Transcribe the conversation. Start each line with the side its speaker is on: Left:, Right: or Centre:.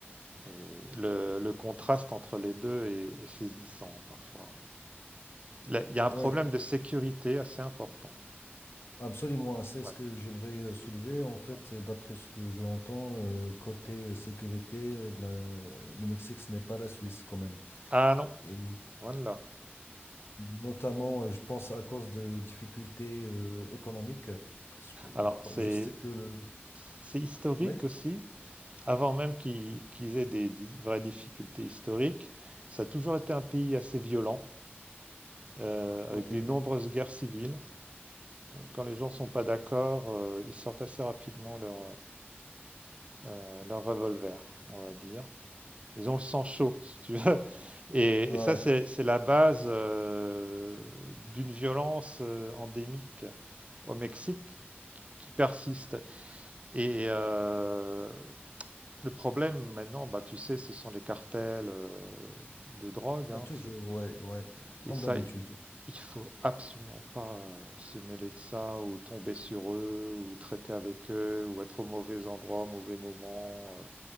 Right: et le, le contraste entre les deux est, est saisissant parfois. Là, il y a un problème
Left: ouais,
Right: de sécurité assez important.
Left: Absolument, c'est ce
Right: Ouais,
Left: que j'aimerais euh, soulever. En fait,
Right: ouais.
Left: euh, d'après ce que j'entends, euh, côté euh, sécurité, euh, la- le Mexique, ce n'est pas la Suisse quand même.
Right: Ah non,
Left: Et
Right: loin de là.
Left: notamment, euh, je pense à cause de difficultés euh, économiques, parce que
Right: Alors
Left: je
Right: c'est
Left: je sais que le...
Right: c'est historique
Left: Oui,
Right: aussi. Avant même qu'ils qu'ils aient des, des vraies difficultés historiques, ça a toujours été un pays assez violent, euh,
Left: ok.
Right: avec de nombreuses guerres civiles. Quand les gens ne sont pas d'accord, euh, ils sortent assez rapidement leur, euh, leur revolver, on va dire. Ils ont le sang chaud, si tu veux. <laughs> Et,
Left: Ouais,
Right: et ça, c'est c'est la base euh, d'une violence euh, endémique au Mexique qui persiste. Et euh, le problème maintenant, bah, tu sais, ce sont les cartels euh, de drogue, hein,
Left: Ah, toujours, ouais, ouais, comme
Right: Et ça,
Left: d'habitude.
Right: il faut absolument pas euh, se mêler de ça ou tomber sur eux ou traiter avec eux ou être au mauvais endroit, au mauvais moment. euh.